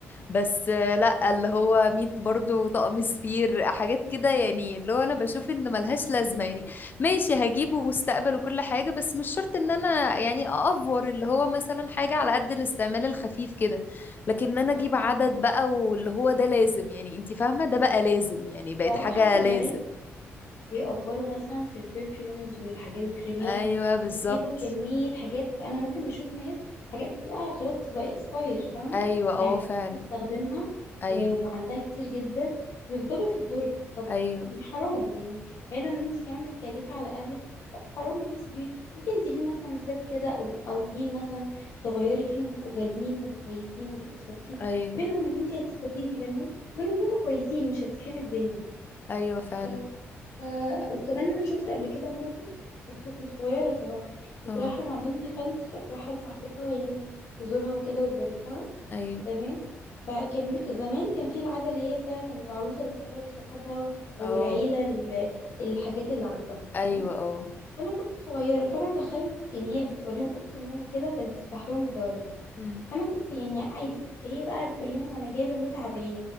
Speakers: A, on the left (about 40°); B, on the left (about 65°).
A: بس آه، لا اللي هو ميت برضو طقم سرير حاجات كده يعني اللي هو انا بشوف ان ملهاش لازمه يعني ماشي هجيبه مستقبل وكل حاجه بس مش شرط ان انا يعني اافور اللي هو مثلا حاجه على قد الاستعمال الخفيف كده لكن ان انا اجيب
B: صح
A: عدد بقى واللي هو ده لازم يعني انت فاهمه ده بقى لازم يعني بقت حاجه
B: حتى البنات
A: لازم
B: بيأفوروا مثلا في البرفيومز والحاجات الكريمات
A: ايوه بالظبط
B: بيجيبوا كمية حاجات أنا ممكن بشوف ناس حاجات بتبقى خلاص بتبقى اكسباير فاهمة
A: ايوه اه
B: ما يعرفش
A: فعلا
B: تستخدمها
A: ايوه
B: و... وعندها كتير جدا وبيفضلوا في الدرج طب
A: ايوه
B: يعني حرام يعني بعيدا ان انت كمان بتكلفي على اهلك لا حرام ان انت تجيبي ممكن تجيبي مثلا ست كده او او اتنين مثلا تغيري فيهم يبقوا غاليين وكويسين وبيبقوا ثابتين
A: ايوه
B: منهم ان انت هتستفيدي منهم منهم ان هم كويسين مش هتزحمي الدنيا
A: ايوه فعلا
B: ف... ف... وكمان انا شفت قبل كده موقف بس كنت صغيره صراحه كنت
A: اه
B: رايحه مع بنت خالتي كانت رايحه لصاحبتها يعني تزورها وكده وتبارك لها
A: ايوه
B: تمام فكان زمان كان في العاده اللي هي بتاعت ان العروسه بتفرج صحابها او
A: اه
B: العيله ال- الحاجات اللي عندها
A: ايوه
B: تمام
A: اه
B: فانا كنت صغيره فانا دخلت يعني هي بتوريهم اوضه النوم وكده وكانت بتفتح لهم الدواليب
A: مم.
B: فانا كنت يعني عادي هي بقى بتقول لهم انا جايبه 100 عبايه